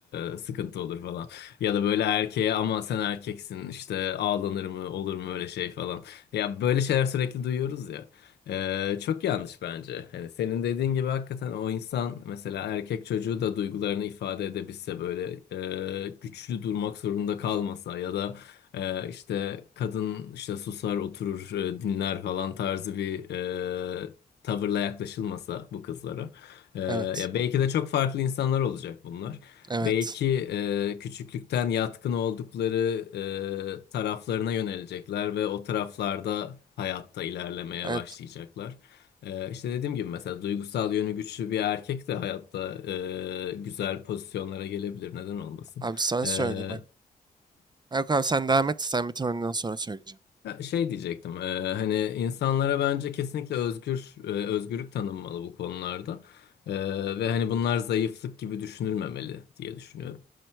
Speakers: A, on the left (about 85°); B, on the right (about 25°).
A: e, sıkıntı olur falan. Ya da böyle erkeğe ama sen erkeksin işte ağlanır mı olur mu öyle şey falan. Ya böyle şeyler sürekli duyuyoruz ya. Ee, çok yanlış bence. Hani senin dediğin gibi hakikaten o insan mesela erkek çocuğu da duygularını ifade edebilse böyle e, güçlü durmak zorunda kalmasa ya da e, işte kadın işte susar oturur e, dinler falan tarzı bir e, tavırla yaklaşılmasa bu kızlara. E,
B: Evet.
A: ya belki de çok farklı insanlar olacak bunlar.
B: Evet.
A: Belki e, küçüklükten yatkın oldukları e, taraflarına yönelecekler ve o taraflarda hayatta ilerlemeye
B: Evet.
A: başlayacaklar. E, işte dediğim gibi mesela duygusal yönü güçlü bir erkek de hayatta e, güzel pozisyonlara gelebilir. Neden olmasın?
B: Abi sana
A: E,
B: söyleyeyim.
A: hı.
B: Hani. yok abi sen devam et. Sen bitir ondan sonra söyleyeceğim.
A: Ha, Şey diyecektim. e, hani insanlara bence kesinlikle özgür e, özgürlük tanınmalı bu konularda. E, ve hani bunlar zayıflık gibi düşünülmemeli diye düşünüyorum.